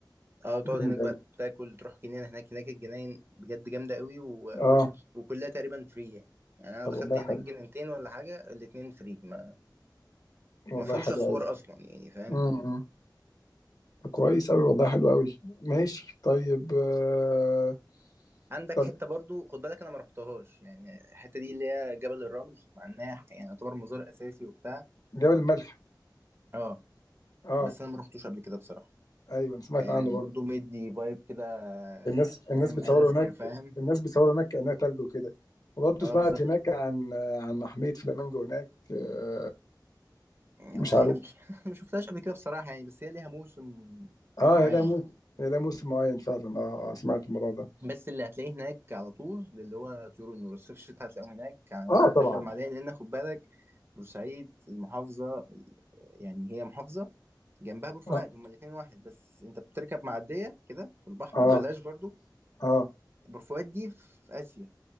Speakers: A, on the right; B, on the left.
A: اه تقعد
B: جامد
A: هناك
B: قوي
A: بقى تاكل تروح جنينة هناك هناك الجناين بجد جامدة قوي و...
B: اه
A: و... وكلها تقريبا فري يعني. يعني انا
B: طب
A: دخلت
B: والله
A: هناك
B: حلو
A: جنينتين ولا حاجة الاتنين فري ما
B: والله
A: ما فيهمش
B: حلو
A: اسوار
B: قوي
A: اصلا يعني فاهم
B: امم طب كويس قوي والله حلو قوي ماشي طيب آه.
A: عندك
B: طب
A: حته برضو خد بالك انا ما رحتهاش يعني الحته دي اللي هي جبل الرمل مع انها يعني يعتبر مزار اساسي وبتاع
B: جبل الملح
A: اه
B: اه
A: بس انا ما رحتوش قبل كده بصراحه
B: ايوه انا سمعت
A: آه
B: عنه
A: برضو
B: برضه
A: مدي فايب كده آه،
B: الناس الناس
A: فاهم
B: بتصوروا
A: الاسكا
B: هناك
A: فاهم
B: الناس بتصوروا هناك كأنها تلج وكده وبرضه
A: اه
B: سمعت
A: بالظبط
B: هناك عن عن محمية فلامينجو هناك آه،
A: يعني
B: مش
A: هو
B: عارف
A: هي مش <laughs> ما شفتهاش قبل كده بصراحه يعني بس هي ليها موسم
B: اه
A: معين
B: هي لها موسم هي لها موسم معين فعلا اه اه سمعت الموضوع ده
A: بس اللي هتلاقيه هناك على طول اللي هو طيور النور الصيف الشتاء هتلاقيهم هناك يعني
B: اه
A: وانت بتركب
B: طبعا
A: المعديه لان خد بالك بورسعيد المحافظه يعني هي محافظه جنبها بور فؤاد
B: اه
A: هما الاثنين واحد بس انت بتركب معديه كده في البحر
B: اه
A: ببلاش برضو
B: اه,
A: بور فؤاد دي في اسيا